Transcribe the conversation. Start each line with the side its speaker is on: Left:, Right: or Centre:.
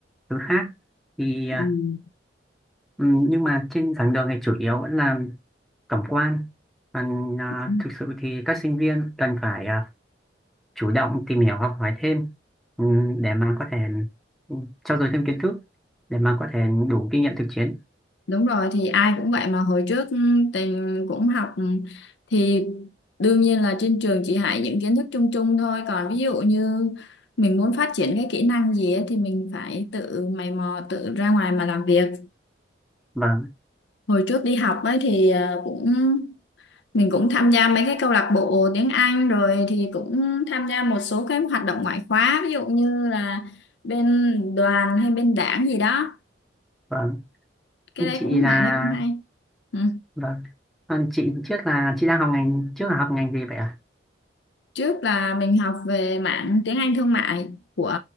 Centre: thứ khác. Thì ờ,
Left: Ừ.
Centre: Ừ, nhưng mà trên giảng đường thì chủ yếu vẫn là tổng quan còn à,
Left: Ừ,
Centre: thực sự thì các sinh viên cần phải à, chủ động tìm hiểu học hỏi thêm ừ, để mà có thể ừ, trau dồi thêm kiến thức để mà có thể đủ kinh nghiệm thực chiến
Left: Đúng rồi thì ai cũng vậy mà hồi trước ừ, tình cũng học ừ, thì đương nhiên là trên trường chỉ dạy những kiến thức chung chung thôi còn ví dụ như mình muốn phát triển cái kỹ năng gì ấy, thì mình phải tự mày mò tự ra ngoài mà làm việc
Centre: vâng
Left: hồi trước đi học ấy thì ờ, cũng mình cũng tham gia mấy cái câu lạc bộ tiếng Anh rồi thì cũng tham gia một số cái hoạt động ngoại khóa ví dụ như là bên đoàn hay bên đảng gì đó
Centre: vâng
Left: cái đấy
Centre: chị
Left: cũng
Centre: là
Left: mảng đấy cũng hay ừ.
Centre: vâng còn chị trước là chị đang học ngành trước là học ngành gì vậy ạ
Left: Trước là mình học về mảng tiếng Anh thương mại của